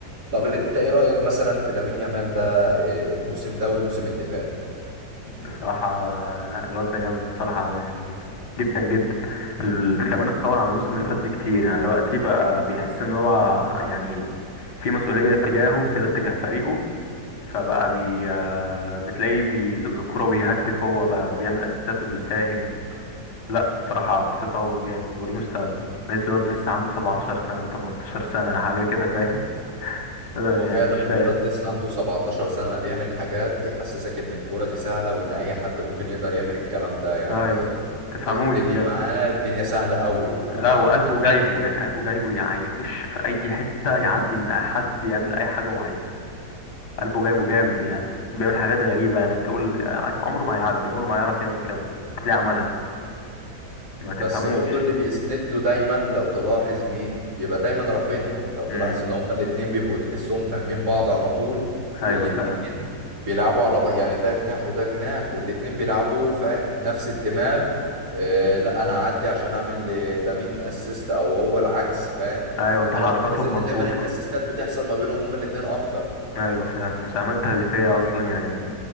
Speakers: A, on the right; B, on the left.
A: طب انت ايه رايك مثلا في لامين يامال ده إيه الموسم ده والموسم اللي فات
B: بصراحة لا الواد ده جامد بصراحة يعني جدا جدا ال- كمان اتطور عن الموسم اللي فات بكتير يعني دلوقتي بقى بيحس ان هو يعني في مسؤولية تجاهه كده تجاه فريقه فبقى بي آه، بتلاقيه بيزق الكرة وبيهدف هو بقى بيعمل اسيستات وبيساهم لا بصراحة في تطور جامد وليه مستقبل يعني الواد لسه عنده 17 سنة و18 سنة حاجة كده فاهم <laughs> أنا
A: هو
B: يعني
A: فعلا
B: مش
A: الولد
B: فاهم
A: لسه عنده 17 سنه بيعمل حاجات بيحسسك ان الكوره دي سهله وان اي حد ممكن يقدر يعمل الكلام ده يعني
B: ايوه تفهموش
A: الدنيا
B: بجد
A: معاه الدنيا سهله قوي انا
B: لا
A: ما
B: وقلبه
A: انا ما
B: جايبه يعني قلبه جايبه يعني يخش في اي حته يعدي من اي حد يعمل اي حاجه هو عايزها قلبه جايبه جامد يعني بيعمل حاجات غريبه يعني تقول عمره ما هيعدي عمره ما هيعرف يعمل كذا هتلاقيه عملها ما تفهموش
A: بس برضو اللي بيسند له دايما لو تلاحظ مين بيبقى دايما رافينيا لو تلاحظ
B: امم
A: ان هما الاتنين بيبقوا تحسهم فاهمين بعض على طول والاتنين
B: ايوه فعلا
A: بيلعبوا على بق... يعني ده جناح وده جناح والاتنين بيلعبوا فاهم نفس الدماغ آه لا انا اعدي عشان اعمل ل- لامين اسيست او هو العكس فاهم
B: ايوه تحركاتهم
A: انت لو تلاحظ ان
B: مظبوطه
A: دايما الاسيستات بتحصل ما بينهم هما الاتنين اكتر
B: ايوه فعلا المساهمات التهديفيه اصلا يعني م-